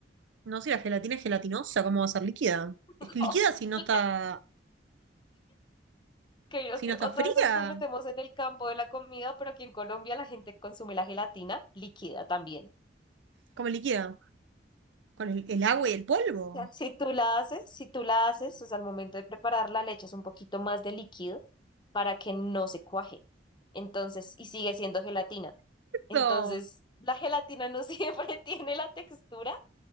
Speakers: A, on the right; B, on the left.
A: No, si la gelatina es gelatinosa, ¿cómo va a ser líquida?
B: <laughs>
A: Es líquida si no
B: No.
A: está,
B: que
A: si
B: o- que
A: no está
B: otra
A: fría.
B: vez nos nos metemos en el campo de la comida, pero aquí en Colombia la gente consume la gelatina líquida también.
A: ¿Cómo es líquida? Con el, el agua y el polvo.
B: O sea, Si tú la haces, si tú la haces, o sea, al momento de prepararla le echas un poquito más de líquido para que no se cuaje. Entonces, y sigue siendo gelatina. Entonces,
A: Eso.
B: la gelatina no <laughs> siempre tiene la textura